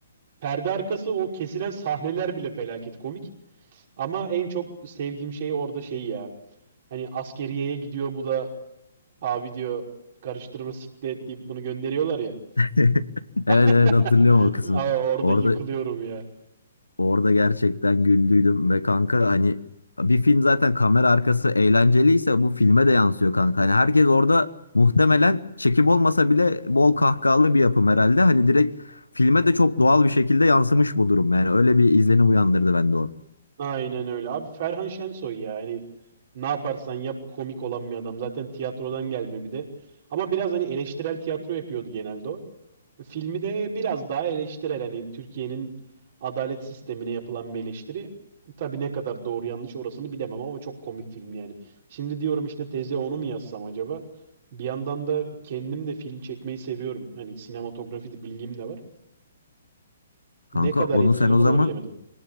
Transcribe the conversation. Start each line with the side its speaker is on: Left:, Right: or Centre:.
Right: perde arkası o kesilen sahneler bile felaket komik. Ama en çok sevdiğim şey orada şey ya. Hani askeriyeye gidiyor bu da abi diyor karıştırma siklet deyip bunu gönderiyorlar ya.
Left: <laughs>
Right: <laughs>
Left: Evet evet hatırlıyorum o kısmı.
Right: Abi orada
Left: Orada
Right: yıkılıyorum ya.
Left: Orada gerçekten güldüydüm ve kanka hani bir film zaten kamera arkası eğlenceliyse bu filme de yansıyor kanka. Hani herkes orada muhtemelen çekim olmasa bile bol kahkahalı bir yapım herhalde. Hani direkt filme de çok doğal bir şekilde yansımış bu durum. Yani öyle bir izlenim uyandırdı bende o.
Right: Aynen öyle. Abi Ferhan Şensoy ya. Hani ne yaparsan yap komik olan bir adam. Zaten tiyatrodan gelme bir de. Ama biraz hani eleştirel tiyatro yapıyordu genelde o. Filmi de biraz daha eleştirel. Hani Türkiye'nin adalet sistemine yapılan bir eleştiri. Tabii ne kadar doğru yanlış orasını bilemem ama çok komik film yani. Şimdi diyorum işte teze onu mu yazsam acaba? Bir yandan da kendim de film çekmeyi seviyorum. Hani sinematografi de bilgim de var.
Left: Kanka
Right: Ne kadar
Left: onu
Right: etkili
Left: sen
Right: olur
Left: o zaman
Right: onu bilemedim.